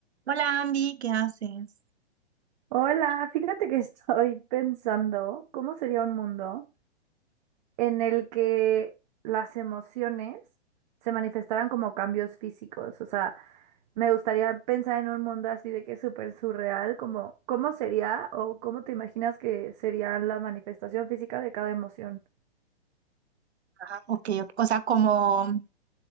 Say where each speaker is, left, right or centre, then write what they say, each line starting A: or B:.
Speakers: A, on the right; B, on the right.
A: Hola Andy, ¿qué haces?
B: Hola, fíjate que <laughs> estoy pensando cómo sería un mundo en el que las emociones se manifestaran como cambios físicos. O sea, me gustaría pensar en un mundo así de que es súper surreal, como cómo sería o cómo te imaginas que sería la manifestación física de cada emoción.
A: Ajá. Ok, ok, o sea, como,